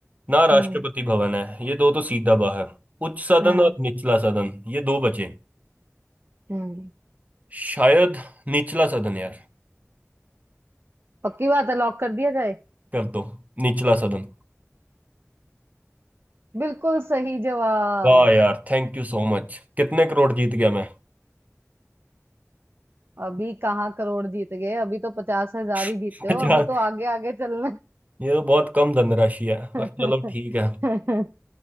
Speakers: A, on the right (about 30°); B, on the right (about 50°).
A: ना राष्ट्रपति
B: हम्म
A: भवन है ये दो तो सीधा बाहर उच्च सदन
B: हाँ
A: और निचला सदन ये दो बचे
B: हम्म
A: शायद निचला सदन यार
B: पक्की बात है लॉक कर दिया जाए
A: कर दो निचला सदन
B: बिल्कुल सही जवाब
A: वाह यार थैंक यू सो मच कितने करोड़ जीत गया मैं
B: अभी कहाँ करोड़ जीत गए अभी तो पचास हजार ही
A: <laughs>
B: जीते हो
A: अच्छा
B: अभी तो आगे आगे चलना है।
A: ये तो बहुत कम धनराशि है
B: <laughs>
A: पर चलो ठीक है